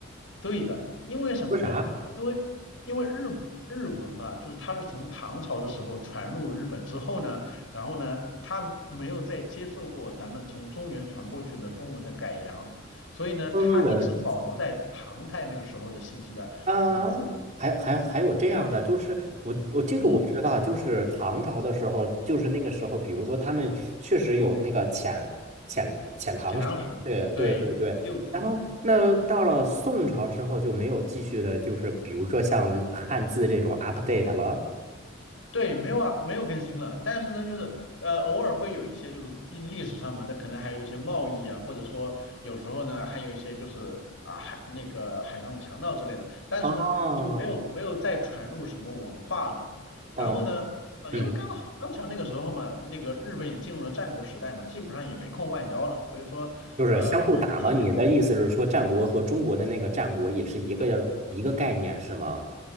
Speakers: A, on the left; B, on the right.
A: 对的，因为什么呢？
B: 说啥？
A: 因为因为日日文啊，就是它是从唐朝的时候传入日本之后呢，然后呢，它没有再接受过咱们从中原传过去的中文的改良，所以呢，
B: 嗯人
A: 它一直保留在唐代那个时候的信息的文字。
B: 啊，还还还有这样的，就是不，我这个我知道，
A: 嗯，
B: 就是唐朝的时候，就是那个时候，比如说他们确实有那个遣遣遣唐使，
A: 写唐史，
B: 对对对对。
A: 对，六次嘛。
B: 然后那到了宋朝之后就没有继续的，就是比如说像汉字这种 update 了。
A: 对，没有啊，没有更新了。但是呢，就是呃，偶尔会有一些就是历历史上嘛，那可能还有一些贸易啊，或者说有时候呢，还有一些就是啊海那个海上的强盗之类的。但是呢，
B: 哦，
A: 就没有没有再传入什么文化了。
B: 哦，
A: 然后呢，呃，
B: 嗯。
A: 因为刚刚巧那个时候嘛，那个日本也进入了战国时代嘛，基本上也没空外交了，所以说呃，
B: 就是相互打吗？
A: 文字呢就。
B: 你的意思是说，战国和中国的那个战国也是一个一个概念，是吗？